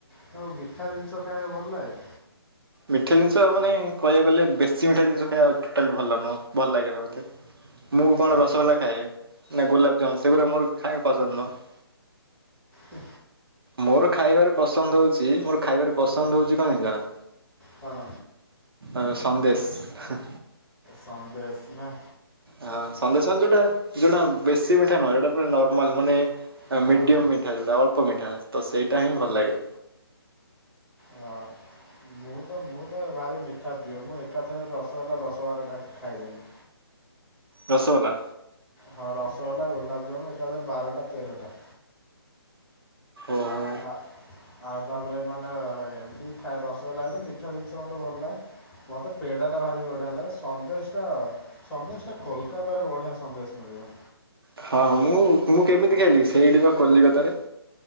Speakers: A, in the centre; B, on the right (about 65°).
A: ତମକୁ ମିଠା ଜିନିଷ ଖାଇବାକୁ ଭଲ ଲାଗେ?
B: ମିଠା ଜିନିଷ ମାନେ କହିବାକୁ ଗଲେ ବେଶୀ ମିଠା ଜିନିଷ ଖାଇବା ଟୋଟାଲ ଭଲ ନୁହଁ ଭଲ ଲାଗେନା ମତେ। ମୁଁ କଣ
A: ଓହୋ
B: ରସଗୋଲା ଖାଏ ନା ଗୋଲାପଜାମୁ ସେଗୁଡା ମୋର ଖାଇବା ପସନ୍ଦ ନୁହଁ।
A: ଉ।
B: ମୋର ଖାଇବାରେ ପସନ୍ଦ ହୋଉଛି ମୋର ଖାଇବାରେ ପସନ୍ଦ ହୋଉଛି କଣ ଜଣିଛ ନା।
A: କଣ?
B: ଅ ସନ୍ଦେଶ।
A: ସନ୍ଦେଶ ନା।
B: ହ ସେନ୍ଦେଶ ମାନେ ଯୋଉଟା ଯୋଉଟା ବେଶୀ ମିଠା ନୁହଁ ଯୋଉଟା ପୁରା ନର୍ମାଲ ମାନେ
A: ହଁ
B: ମିଡିୟମ ମି ମିଠା ଯେଉଟା ଅଳ୍ପ ମିଠା ତ ସେଇଟା ହିଁ ଭଲ ଲାଗେ।
A: ହଁ। ମୁଁ ତ ମୁଁ ତ ଭାରି ମିଠା ପ୍ରିୟ ମୁଁ ଏକାଥରେ ରସଗୋଲା ଦଶ ବାରଟା ଖାଇଦେବି।
B: ରଶଗୋଲା?
A: ହଁ ରସଗୋଲା ଗୋଲାପଜାମୁ ଏକାଥରେ ବାରଟା ତେରଟା।
B: ଓହୋ।
A: ଆ ଆଉ ତାପରେ ମାନେ ଏମତି ଖାଏ ରସଗୋଲା ହେଲେ ମିଠା ଜିନିଷ ମତେ ଭଲ ଲାଗେ। ମତେ ପେଡ଼ାଟା ଭାରି ବଢିଆ ଲାଗେ ସନ୍ଦେଶ ଟା ସନ୍ଦେଶ ଟା କୋଲକାତାରେ ବଢିଆ ସନ୍ଦେଶ ମିଳିବ।
B: ହଁ ମୁଁ ମୁଁ କେମିତି ଖାଇଲି ସେଇଠିି ପା କଲିକତାରେ।